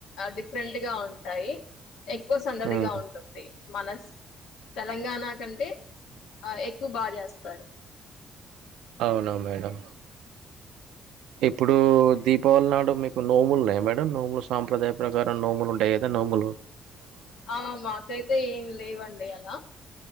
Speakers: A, on the left; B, on the right.
A: డిఫరెంట్ గా ఉంటాయి ఎక్కువ సందడిగా
B: ఉమ్.
A: ఉంటుది మనస్ తెలంగాణ కంటే ఆ ఎక్కువ బాగా చేస్తారు
B: అవునా మేడం ఇప్పుడు దీపావళి నాడు మీకు నోములు ఉన్నాయి మేడం నోములు సాంప్రదాయ ప్రకారం నోములు ఉంటాయి కదా నోము ముల్
A: ఆ మాకైతే ఏం లేవండి అలా